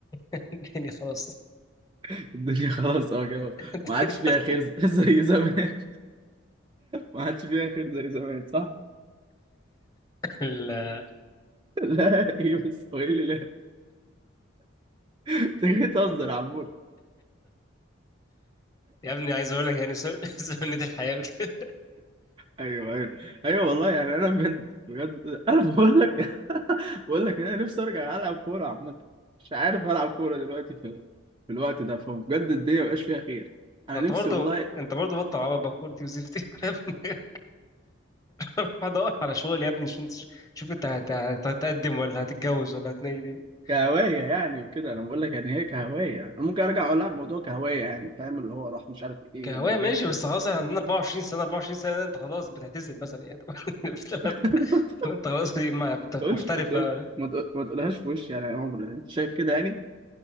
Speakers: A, on the left; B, on the right.
A: <laughs> الدنيا خلاص
B: <laughs> الدنيا خلاص اه كده
A: <laughs> الدنيا
B: ما عادش فيها خير ز- <laughs> زي زمان ما عادش فيها خير زي زمان صح
A: ال-
B: <laughs> لا ايه بس هو ايه اللي لا <laughs> انت جاي تهزر يا عم
A: يا ابني عايز اقول لك يعني سن- <laughs> سنة الحياة كده
B: ايوه ايوه ايوه والله يعني انا بجد بجد <laughs> انا بقول لك <laughs> بقول لك إن انا نفسي ارجع العب كوره عامه مش عارف العب كوره دلوقتي في, في الوقت ده فبجد الدنيا مبقاش فيها خير انا
A: ما انت
B: نفسي
A: برضه
B: والله
A: انت برضه بطل عبط بكورتي وزفتي <laughs> يا ابني روح ادور على شغل يا ابني عشان تش- شوف انت هت- هت- هتقدم ولا هتتجوز ولا هتنيل ايه
B: كهوايه يعني وكده انا بقول لك يعني هي كهوايه انا ممكن ارجع العب موضوع كهوايه يعني فاهم اللي هو راح مش عارف ايه
A: كهواية
B: الدوريات
A: ماشي بس
B: بت-
A: خلاص احنا عندنا 24 سنة 24 سنة ده انت خلاص بتعتزل مثلا يعني <laughs> بتلعب
B: <laughs> ما
A: انت خلاص ما- انت
B: تقولش
A: محترف
B: ما تقول-
A: بقى
B: ما تقولهاش في وشي يعني يا عمر انت شايف كده يعني